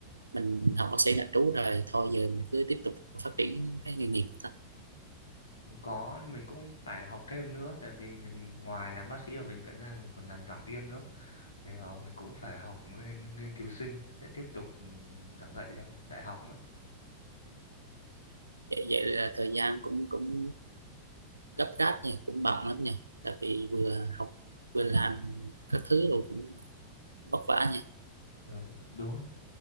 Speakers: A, on the right; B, on the left.
A: mình học bác sĩ nội trú rồi thôi giờ mình cứ tiếp tục phát triển cái nghề nghiệp thôi
B: Có mình cũng phải học thêm nữa tại vì mình ngoài làm bác sĩ ở bệnh viện ra mình còn làm giảng viên nữa. Thế đó, mình cũng phải học lên nghiên cứu sinh để tiếp tục ừ, giảng dạy trong đại học nữa.
A: vậy, vậy là thời gian cũng cũng gấp gáp này cũng bận lắm nha tại vì vừa học vừa làm các thứ rồi cũng vất vả nha
B: Ừ, đúng á.